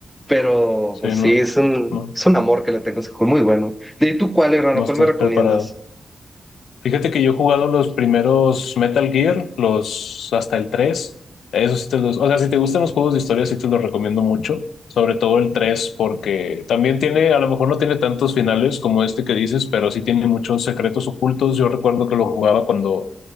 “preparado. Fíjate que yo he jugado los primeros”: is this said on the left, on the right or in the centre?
Left